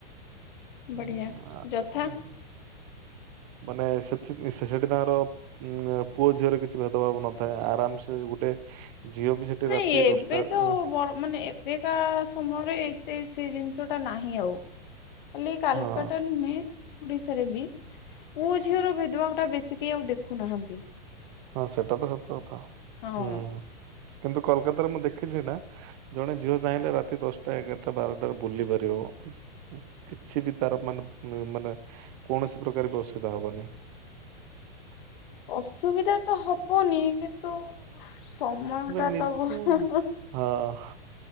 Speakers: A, on the right (about 45°); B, on the left (about 55°).
A: ହୁଁ
B: ବଢିଆ ଯଥା
A: ମାନେ ସେଥି ଶେଷ ଦିନର ଉଁ ପୁଅ ଝିଅରେ କିଛି ଭେଦଭାବ ନଥାଏ, ଆରାମସେ ଗୋଟେ ଝିଅ ବି ସେଠି
B: ନାଇଁ
A: ରାତି
B: ଏବେ
A: ଦଶଟା
B: ତ
A: ଏ
B: ବ ମାନେ ଏବେକା ସମୟରେ ଏତେ ସ ସେ ଜିନିଷଟା ନାହିଁ ଆଉ। ଖାଲି କାଲକାଟା
A: ହଁ
B: ନୁହେଁ ଓଡିଶାରେ ବି ପୁଅ ଝିଅର ଭେଦଭାବଟା ବେଶୀ କେହି ଆଉ ଦେଖୁନାହାଁନ୍ତି।
A: ହଁ ସେଟା ତ ସତ କଥା ଆଉ।
B: ହଁ
A: ହୁଁ। କିନ୍ତୁ କୋଲକାତାରେ ମୁଁ ଦେଖିଛି ନା, ଜଣେ ଝିଅ ଚାହିଁଲେ ରାତି ଦଶଟା, ଏଗାରଟା, ବାରଟାରେ ବୁଲି ପାରିବ। ଉଁ ଉଁ କିଛି ବି ତାର ମାନେ ମାନେ କୌଣସି ପ୍ରକାର ବି ଅସୁବିଧା ହବନି। ହ
B: ଅସୁବିଧା ତ ହବନି କିନ୍ତୁ ସମୟଟା
A: ମ ନିଜ
B: ତ ଭ ହ ହ
A: ହଁ